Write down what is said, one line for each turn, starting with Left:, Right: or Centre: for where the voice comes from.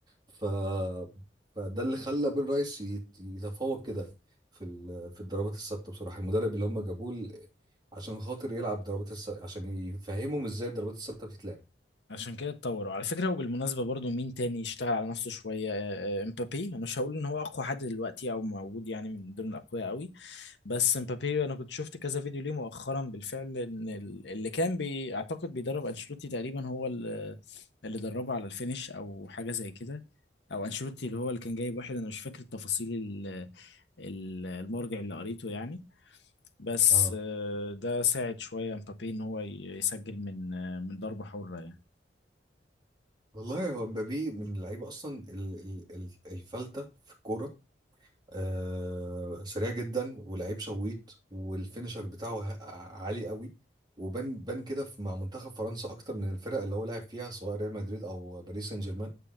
Right: ف فده اللي خلى بين رايس يت- يتفوق كده في ال... في الضربات الثابته بصراحه المدرب اللي هم جابوه ل- عشان خاطر يلعب ضربات الس... عشان يفهمهم ازاي الضربات الثابته بتتلعب
Left: عشان كده اتطوروا على فكرة وبالمناسبة برضو مين تاني يشتغل على نفسه شوية آه، آه، امبابي انا مش هقول ان هو اقوى حد دلوقتي او موجود يعني من ضمن الاقوياء قوي بس امبابي انا كنت شفت كذا فيديو ليه مؤخرا بالفعل ان ال- اللي كان بي اعتقد بيدرب انشيلوتي تقريبا هو اللي اللي دربه على الفينش او حاجة زي كده او انشيلوتي اللي هو اللي كان جايب واحد انا مش فاكر التفاصيل ال- ال- المرجع اللي قريته يعني بس
Right: اه
Left: آه، ده ساعد شوية امبابي ان هو ي- يسجل من آه، من ضربة حرة يعني
Right: والله هو مبابي من اللعيبه اصلا ال... ال... ال- الفلته في الكوره آه سريع جدا ولعيب شويط والفينشر بتاعه ه- عالي قوي وبان بان كده في- مع منتخب فرنسا اكتر من الفرق اللي هو لعب فيها سواء ريال مدريد او باريس سان جيرمان